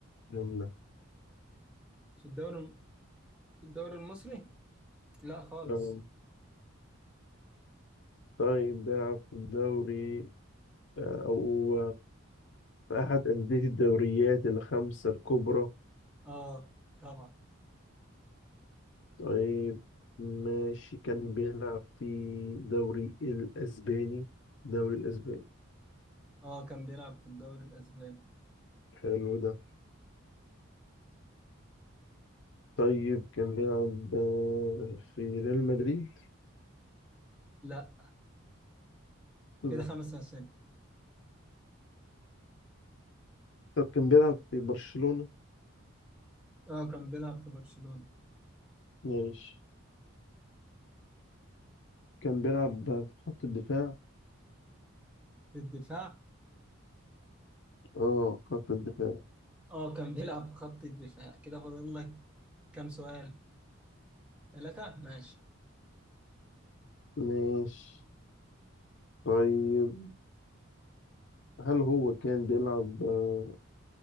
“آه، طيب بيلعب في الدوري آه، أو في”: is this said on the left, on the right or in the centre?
Left